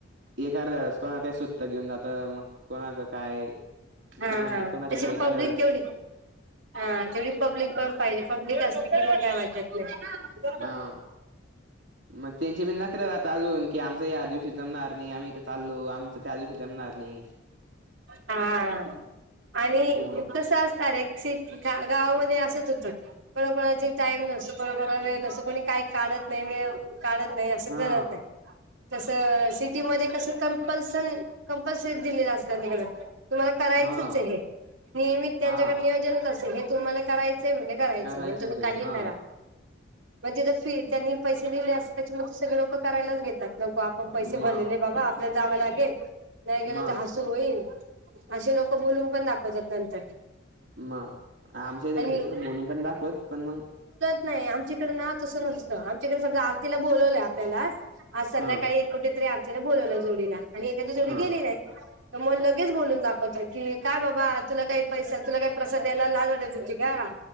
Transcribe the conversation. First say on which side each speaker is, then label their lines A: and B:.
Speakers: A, on the right; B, on the right.
A: एक अर्ध्याळेस का ते सुटत घेऊन जात मग कोणाचं काय
B: हा
A: ते पण
B: हा
A: कोणाचे
B: तशी
A: म एखाद्य
B: पब्लिक
A: वेळेस
B: तेवढी हा तेवढी पब्लिक पण पाहिजे पब्लिक असली की मग काय वाटत नाही.
A: हा.. मग त्यांचे बी नक जात अजून, की आमच या दिवशी जमणार नाही आम्हीथे चालो आमच त्या दिवशी जमणार नाही? <unintelligible>
B: हा, आणि
A: मग
B: कस असत एक. गावामध्ये असच होतं? कोण कोणाचे टाईम नसतो, कोणा कोणी वेल नसत, कोणी काही काढत नाहीळ वेल. काढत नाही असं
A: हा
B: करत नाही? तसं सिटीमध्येध्ये कस कंपल्सन कंपल्सरी दिलेलं अस तिकड. तुम्हाला करायचंच
A: हा
B: आहे हे. नियमित त्यांच्याकडे
A: हा
B: नियोजनच असे हे तुम्हाला करायचंय म्हणजे, करायच
A: करायचंच
B: म्हण तुम्ही
A: आहे
B: काही
A: हा
B: करा? म्हणजे ज फी त्यांनी पैसे दिले अस त्याच्यामध्ये सगळे लोक करायलाच घेतात ल. आपण पैसे
A: मग
B: भरलेले बाबा आपल्याला जावं लागेल नाही गेल
A: मग
B: तर ह. होईल असे लोक बोलून पण दाखवतात नंतर.
A: मग आमच्या इथे
B: आणि
A: म्हणते तसं बोलून पण दाखवत पण मग.
B: आमच्याकड ना तसं नसतं आमच्याकडे आरतीला बोलवलंय आपल्याला संध्याकाळी
A: हा
B: एक कुठेतरी आने बोलवलं आणि एखादी जोडी
A: हा
B: गेली नाही. मग लगेच बोलून दाखवतात की काय बाबा तुला काही पैसा तुला काही प्रसाद द्यायला लाज वाटत होती का.